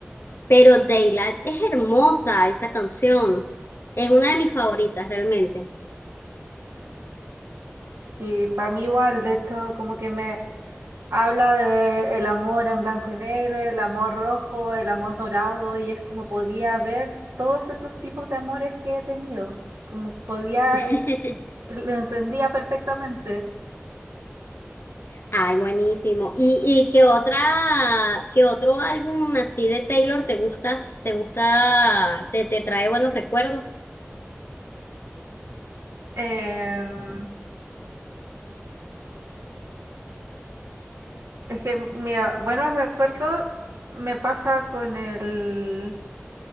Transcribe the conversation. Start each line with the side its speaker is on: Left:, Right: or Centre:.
Left: Pero Daylight es hermosa esa canción. Es una de mis favoritas realmente.
Right: Sí, para mí igual, de hecho, como que me habla de el amor en blanco y negro, el amor rojo, el amor dorado, y es como podía ver todos esos tipos de amores que he tenido, como podía,
Left: <laughs>
Right: eh, lo entendía perfectamente.
Left: Ay, buenísimo. ¿Y, y qué otra, qué otro álbum así de Taylor te gusta? ¿Te gusta, te, te trae buenos recuerdos?
Right: Em, es que, mira, buenos recuerdos me pasa con el,